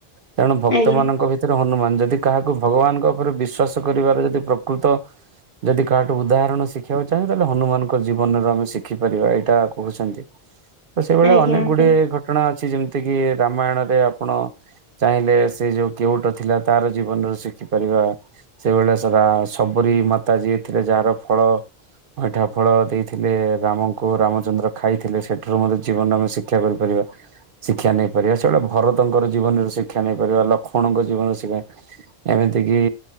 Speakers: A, on the right; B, on the left.
A: ତେଣୁ ଭକ୍ତ
B: ଆଜ୍ଞା
A: ମାନଙ୍କ ଭିତରେ ହନୁମାନ ଯଦି କାହାକୁ ଭଗବାନଙ୍କ ଉପରେ ବିଶ୍ଵାସ କରିବାର ଯଦି ପ୍ରକୃତ ଯଦି କାହାଠୁ ଉଦାହରଣ ଶିଖିବାକୁ ଚାହେଁ ତାହେଲେ ହନୁମାନଙ୍କ ଜୀବନରେ ଆମେ ଶିଖିପାରିବା ଏଇଟା କହୁଛନ୍ତି। ତ ସେଇଭଳିଆ
B: ଆଜ୍ଞା
A: ଅନେକ
B: ଆଜ୍ଞା
A: ଗୁଡିଏ ଘଟଣା ଅଛି। କିଛି ଯେମିତି କିି ରାମାୟଣରେ ଆପଣ ଚାହିଁଲେ ସେ ଯୋଉ କେଉଟ ଥିଲା ତାର ଜୀବନର ଶି ଦେଖିପାରିବା ସେଇଭଳିଆ ସବରୀ ମାତା ଯିଏ ଥିଲେ ଯାହାର ଫଳ ଏଠା ଫଳ ଦେଇଥିଲେ ରାମଙ୍କୁ ରାମଚନ୍ଦ୍ର ଖାଇଥିଲେ ସେଠାରୁ ମଧ୍ୟ ଜୀବନରେ ଆମେ ଶିକ୍ଷା କରିପାରିବା। ଶିକ୍ଷା ନେଇପାରିବା ସେଇଭଳିଆ ଭରତଙ୍କର ଜୀବନରେ ଶିକ୍ଷା ନେଇପାରିବା ଲକ୍ଷ୍ମଣଙ୍କ ଜୀବନରେ ଶିକ୍ଷା ଏମିତି କିି